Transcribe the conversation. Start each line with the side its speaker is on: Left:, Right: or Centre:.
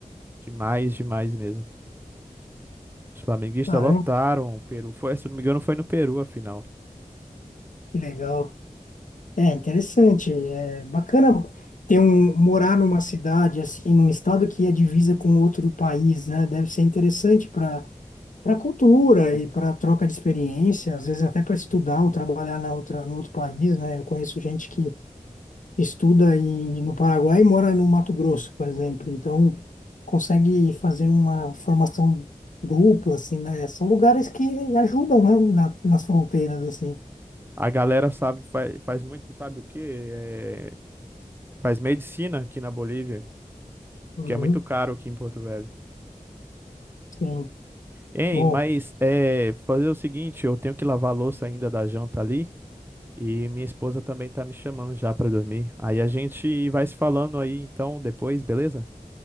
Right: Demais, demais mesmo. Os flamenguistas
Left: Caramba,
Right: lotaram o Peru. Foi, se eu não me engano, foi no Peru a final.
Left: que legal. É interessante, é bacana ter um morar numa cidade assim, num estado que é divisa com outro país, né? Deve ser interessante para para cultura e para troca de experiência, às vezes até para estudar ou trabalhar na outra no outro país, né? Eu conheço gente que estuda em, no Paraguai e mora no Mato Grosso, por exemplo. Então, consegue fazer uma formação dupla, assim, né? São lugares que ajudam, né? na- nas fronteiras, assim.
Right: A galera sabe, faz, faz muito, sabe o quê? É, faz medicina aqui na Bolívia,
Left: Uhum,
Right: que é muito caro aqui em Porto Velho.
Left: sim.
Right: hein
Left: Bom,
Right: mas é, fazer o seguinte, eu tenho que lavar a louça ainda da janta ali. E minha esposa também tá me chamando já pra dormir. Aí a gente vai se falando aí, então, depois, beleza?